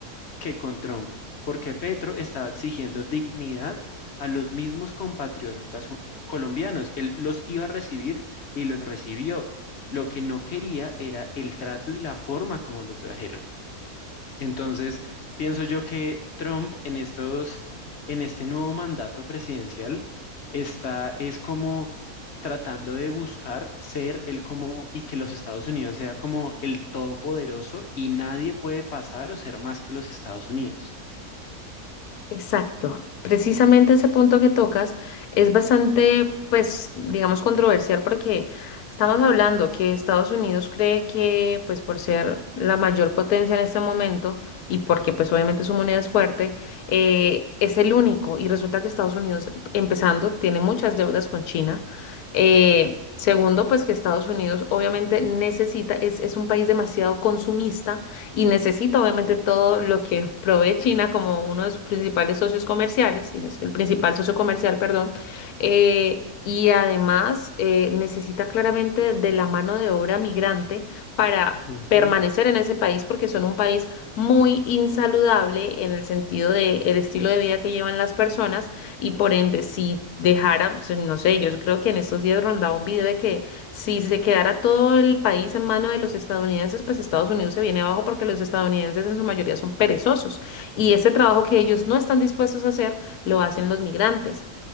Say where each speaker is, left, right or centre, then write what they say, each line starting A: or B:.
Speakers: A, on the left (about 55°); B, on the left (about 85°).
A: que con Trump, porque Petro estaba exigiendo dignidad a los mismos compatriotas colombianos. Él los iba a recibir y los recibió. Lo que no quería era el trato y la forma como los trajeron. Entonces, pienso yo que Trump en estos, en este nuevo mandato presidencial está, es como tratando de buscar ser el como y que los Estados Unidos sea como el todopoderoso y nadie puede pasar o ser más que los Estados Unidos.
B: Exacto. Precisamente ese punto que tocas es bastante, pues, digamos, controversial porque estamos hablando que Estados Unidos cree que, pues, por ser la mayor potencia en este momento y porque, pues, obviamente su moneda es fuerte, eh, es el único. Y resulta que Estados Unidos, empezando, tiene muchas deudas con China. Eh, Segundo, pues que Estados Unidos obviamente necesita, es, es un país demasiado consumista y necesita obviamente todo lo que provee China como uno de sus principales socios comerciales, si no es el principal socio comercial, perdón, eh, y además eh, necesita claramente de la mano de obra migrante para...
A: Ujú.
B: permanecer en ese país porque son un país muy insaludable en el sentido de el estilo de vida que llevan las personas y por ende si dejara, pues, no sé, yo creo que en estos días rondaba un video de que si se quedara todo el país en mano de los estadounidenses, pues Estados Unidos se viene abajo porque los estadounidenses en su mayoría son perezosos y ese trabajo que ellos no están dispuestos a hacer lo hacen los migrantes.